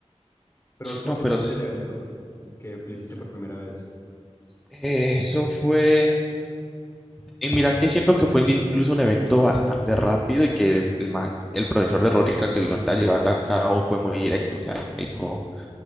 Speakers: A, on the left; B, in the centre.
A: Pero vos, ¿cómo
B: No,
A: sentiste
B: pero s-
A: el evento que lo hiciste por primera vez?
B: eh, eso fue... Y mira que siento que fue incluso un evento bastante rápido y que el, man- el profesor de Rótica que lo está llevando a cabo fue muy directo. O sea, dijo,